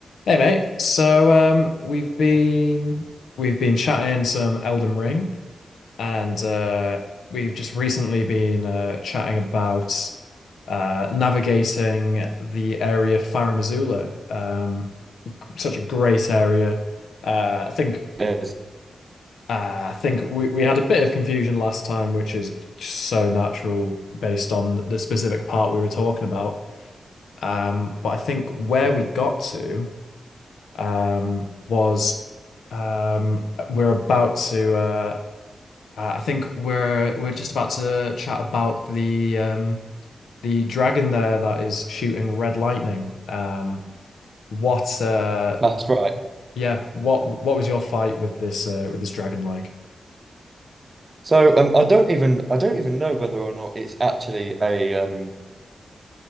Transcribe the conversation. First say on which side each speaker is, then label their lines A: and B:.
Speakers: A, on the left; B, on the right.
A: Hey mate, so um, we've been
B: Mate.
A: we've been chatting some Elden Ring, and uh, we've just recently been uh, chatting about uh, navigating the area Farum Azula. Um, such a great area. Uh, I think
B: Yes,
A: uh, I think we, we had a bit of confusion last time, which is just so natural based on the specific part we were talking about. Um, but I think where we got to um, was um, we're about to uh, uh, I think we're we're just about to chat about the um, the dragon there that is shooting red lightning. Um, what uh,
B: That's right.
A: yeah what what was your fight with this uh, with this dragon like?
B: So um, I don't even I don't even know whether or not it's actually a um